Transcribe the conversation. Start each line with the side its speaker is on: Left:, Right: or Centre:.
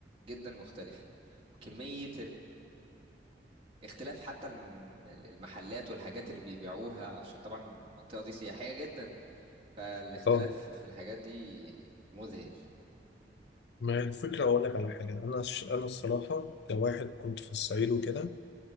Right: جدا مختلف وكمية الاختلاف حتى الم- المحلات والحاجات اللي بيبيعوها عشان طبعا المنطقة دي سياحية جدا فالاختلاف
Left: اه
Right: في الحاجات دي مذهل
Left: ما هي الفكرة أقول لك على حاجة أنا ش... أنا الصراحة كواحد كنت في الصعيد وكده